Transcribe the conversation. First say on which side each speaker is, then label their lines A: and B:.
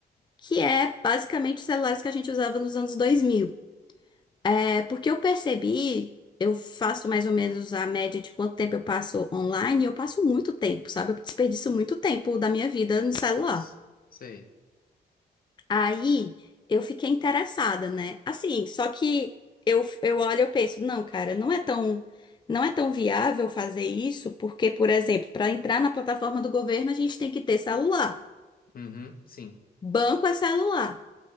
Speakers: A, on the left (about 25°); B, on the left (about 55°).
A: que é basicamente os celulares que a gente usava nos anos dois mil É porque eu percebi, eu faço mais ou menos a média de quanto tempo eu passo online, e eu passo muito tempo, sabe? Eu desperdiço muito tempo da minha vida no celular.
B: s- sei.
A: Aí eu fiquei interessada, né? Assim, só que eu, eu olho e eu penso, não, cara, não é tão, não é tão viável fazer isso, porque, por exemplo, para entrar na plataforma do governo, a gente tem que ter celular.
B: Uhum, sim.
A: Banco é celular.